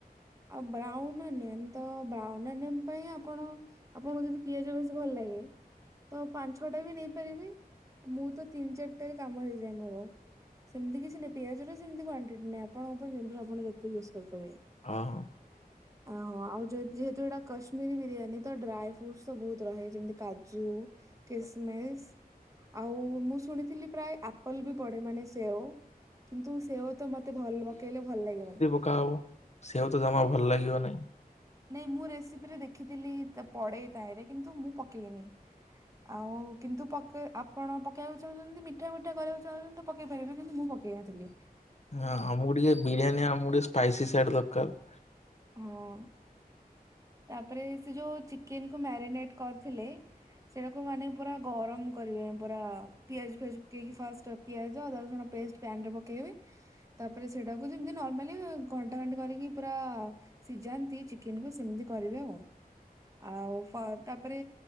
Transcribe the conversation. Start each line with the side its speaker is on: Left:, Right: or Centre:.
Right: ଆଉ ବ୍ରାଉନ ଓନିଅନ୍ ତ ବ୍ରାଉନ ଓନିଅନ୍ ପାଇଁ ଆପଣ ଆପଣଙ୍କୁ ଯଦି ପିଆଜ ବେଶୀ ଭଲ ଲାଗେ ତ ପାଞ୍ଚ ଛଅ ଟା ବି ନେଇ ପାରିବେ। ମୁଁ ତ ତିନି ଚାରିଟାରେ କାମ ହେଇଯାଏ ମୋର ସେମିତି କିଛି ନାହିଁ ପିଆଜ ର ସେମିତି କ୍ଵାଣ୍ଟିଟ୍ ନାହିଁ ଆପ ଆପଣଙ୍କ ଉପରେ ନିର୍ଭର ଆପଣ ଯେତେ ୟୁଜ୍ କରିପାରିବେ।
Left: ଅହୋ।
Right: ଓହୋ ଆଉ ଯ ଯେହେତୁ ଏଇଟା କାଶ୍ମୀର ବିରିୟାନୀ ତ ଡ୍ରାଏ ଫ୍ରୁଟ୍ସ ତ ବହୁତ ରହେ ଯେମିତି କାଜୁ ଖ୍ରସମସ ଆଉ ମୁଁ ଶୁଣିଥିଲି ପ୍ରାୟ ଆପଲ ବି ପଡେ ମାନେ ସେଓଉ କିନ୍ତୁ ସେଓ ତ ମତେ ଭଲ ପକେଇଲେ ଭଲ ଲାଗେ ମାନେ
Left: ଉ ସେଉ ତ ଜମା ଭଲ ଲାଗିବ ନାହିଁ
Right: ନାଇଁ ମୁଁ ରେସିପିରେ ଦେଖିଥିଲି ପଡେଇ ତାାଇରେ କିନ୍ତୁ ମୁଁ ପକେଇନି ଆଉ କିନ୍ତୁ ପକେଇ ଆପଣ ପକେଇବାକୁ ଚାହୁଁଛନ୍ତି ମିଠା ମିଠା କରିବାକୁ ଚାହୁଁଛନ୍ତି ପକେଇ ପାରିବେ କିନ୍ତୁ ମୁଁ ପକେଇବା ଥିଲି
Left: ହଁ ଆମକୁ ଟିକେ ବିରିୟାନୀ ଆମକୁ ଟିକେ ସ୍ପାଇସି ସଡ୍ ଦରକାର
Right: ହଁ ତାପରେ ସେ ଯୋଉ ଚିକେନ କୁ ମ୍ୟାରିନେଟ କରିଥିଲେ ସେଇଟାକୁ ମାନେ ପୁରା ଗରମ କର ପୁରା ପିଆଜ ଫିଆ ପେଇକ ଫା ପିଆଜ ଅଦା ରସୁଣ ପେଷ୍ଟ ପ୍ୟାନ ରେ ପକେଇବି ତାପରେ ସେଟାକୁ ଯେମତି ନର୍ମାଲି ଟାଣ୍ କରିକି ପୁରା ସିଝାନ୍ତି ଚିକେନକୁୁ ସେମିତି କରିବେ ଆଉ ଆଉ ତାପରେ